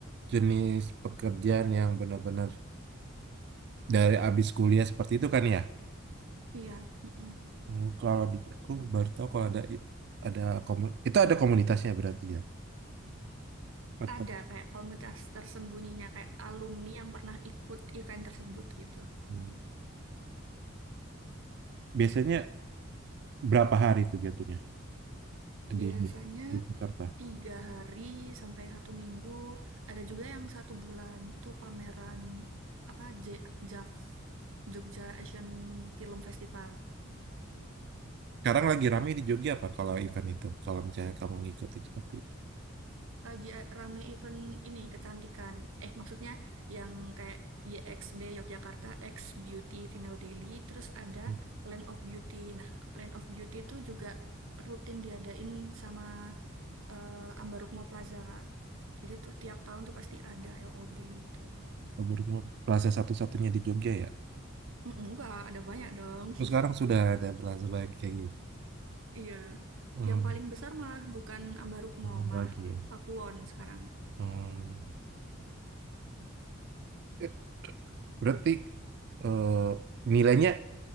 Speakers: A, on the right (about 55°); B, on the right (about 75°).
A: jenis pekerjaan yang benar-benar dari abis kuliah seperti itu kan ya.
B: Iya, mm-mm.
A: Hmm, kalau di aku baru tahu kalau ada ada komu- itu ada komunitasnya berarti ya. Atau
B: Ada kayak komunitas tersembunyinya kayak alumni yang pernah ikut event tersebut gitu.
A: hmm, biasanya berapa hari itu jatuhnya di
B: Biasanya
A: di Jakarta?
B: tiga hari sampai satu minggu. Ada juga yang satu bulan. Itu pameran apa J JAF Jogja Asian Film Festival.
A: Sekarang lagi ramai di Jogja apa kalau event itu? Kalau misalnya kamu ngikutin seperti itu.
B: Lagi eh, rame event ini kecantikan. Eh maksudnya yang kayak YXB Yogyakarta X Beauty Female Daily. Terus ada
A: Hmm.
B: Land of Beauty. Nah Land of Beauty itu juga rutin diadain sama eh, Ambarukmo Plaza Kak. Jadi tuh tiap tahun tuh pasti ada LOB gitu.
A: Baru Plaza satu-satunya di Jogja ya?
B: Mm, Enggak, ada banyak dong.
A: Terus sekarang sudah ada Plaza Bank kayak gini.
B: Iya,
A: Hmm,
B: yang paling besar malah bukan Ambarukmo,
A: belum
B: malah
A: lagi.
B: Pakuwon sekarang.
A: Hmm. Eh, Berarti eh, nilainya